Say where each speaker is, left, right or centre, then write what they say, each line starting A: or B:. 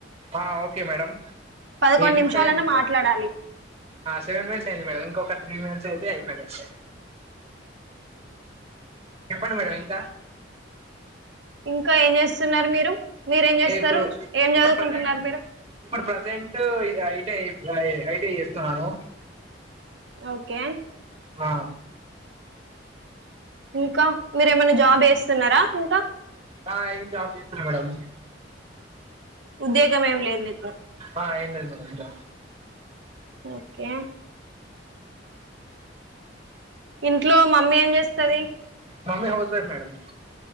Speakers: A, on the right; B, on the right.
A: ఆ ఓకే మేడం
B: పదకొండు
A: ఏ నిమిషాలు
B: నిమిషాలన్నా
A: అయిందిగా
B: మాట్లాడాలి
A: సెవెన్ మినిట్స్ అయింది మేడం ఇంకొక త్రి మినిట్స్ అయితే అయిపోయినటే చెప్పండి మేడం ఇంకా
B: ఇంకా ఏం చేస్తున్నారు మీరు మీరేం చేస్తారు
A: ఇప్పుడు
B: ఏం
A: ఇప్పుడు
B: చదువుకుంటున్నారు
A: ప్రసెంట్
B: మీరు
A: ఇప్పుడు ప్రసెంట్ ఐ ఇప్పుడు ఐటి చేస్తున్నాను
B: ఓకే
A: ఆ
B: ఇంకా మీరు ఏమైనా జాబ్ చేస్తున్నారా ఇంకా
A: ఆ ఏం జాబ్ చేస్తున్న మేడం
B: ఉద్యోగం ఏమి లేదు మీకు
A: ఆ ఏం లేదు మేడం ఇంగ
B: ఓకే ఇంట్లో మమ్మీ ఏం చేస్తది
A: mummy housewife madam